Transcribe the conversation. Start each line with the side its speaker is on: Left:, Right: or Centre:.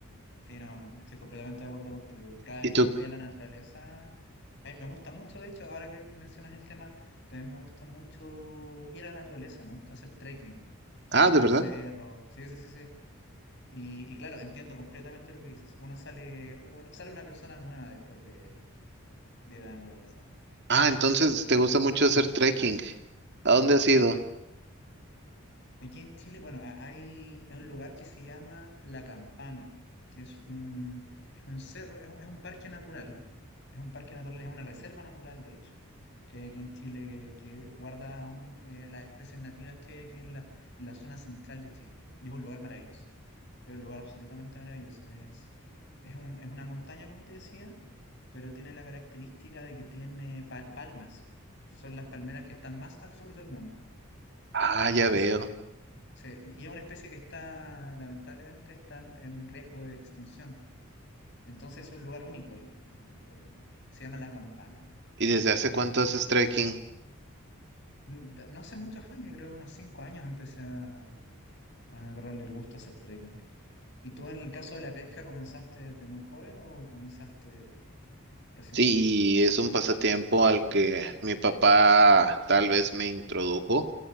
Left: Sí, no, estoy completamente de acuerdo contigo. Cada
Right: ¿Y
Left: vez
Right: tú?
Left: que voy a la naturaleza, eh, me gusta mucho, de hecho, ahora que mencionas el tema, también me gusta mucho ir a la naturaleza, me gusta hacer trekking, subir
Right: Ah, ¿de verdad?
Left: cerros. Sí, sí, sí, sí. Y, y claro, entiendo completamente lo que dices. Uno sale, un- sale una persona nueva después de, de la naturaleza.
Right: Ah, entonces te gusta mucho hacer trekking. ¿A dónde has
Left: Mm.
Right: ido?
Left: Aquí en Chile, bueno, a- hay, hay un lugar que se llama La Campana, que es un, es un cerro, es un, es un parque natural, es un parque natural, es una reserva natural, de hecho, que hay aquí en Chile, que, que guarda aún eh, las especies nativas que hay aquí en la, en la zona central de Chile. Y es un lugar maravilloso, es un lugar absolutamente maravilloso. Es, es un, es una montaña, como te decía, pero tiene la característica de que tiene pal- palmas. Son las palmeras que están más al sur del mundo.
Right: Ah, ya
Left: Entonces
Right: veo.
Left: Sí, y es una especie que está, lamentablemente, está en, en riesgo de extinción. Entonces es un lugar único, el- el- se llama La Campana.
Right: ¿Y desde hace cuánto haces trekking?
Left: N- No hace muchos años, yo creo que unos cinco años, empecé a, a agarrarle el gusto a hacer trekking. ¿Y tú en el caso de la pesca comenzaste desde muy joven o comenzaste recientemente?
Right: Sí, y es un pasatiempo al que mi papá tal vez me introdujo.